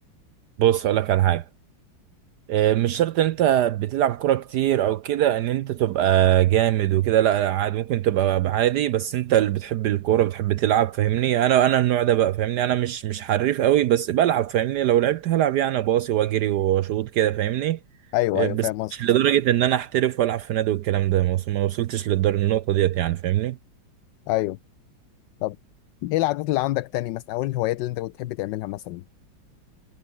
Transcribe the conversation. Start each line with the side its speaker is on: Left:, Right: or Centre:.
Right: بص أقولك على حاجة آه، مش شرط ان انت بتلعب كرة كتير او كده ان انت تبقى جامد وكده لا لا عادي ممكن تبقى عادي بس انت اللي بتحب الكورة بتحب تلعب فاهمني انا انا النوع ده بقى فاهمني انا مش مش حريف قوي بس بلعب فاهمني لو لعبت هلعب يعني باصي واجري واشوط كده فاهمني
Left: ايوه
Right: آه،
Left: ايوه
Right: بس
Left: فاهم قصدك
Right: مش لدرجة ان انا احترف والعب في نادي والكلام ده ما وص- ما وصلتش للدر النقطة ديت يعني فاهمني
Left: ايوه طب ايه العادات اللي عندك تاني مثلا او إيه الهوايات اللي انت كنت بتحب تعملها مثلا